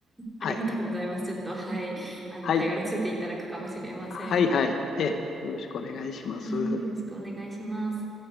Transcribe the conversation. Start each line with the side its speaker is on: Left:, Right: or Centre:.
Left: はい。
Centre: ありがとうございます。ちょっと、はい。あの、
Left: はい。
Centre: 頼らせていただくかもしれません。
Left: はい、はい。ええ、よろしくお願いします。
Centre: はい。よろしくお願いします。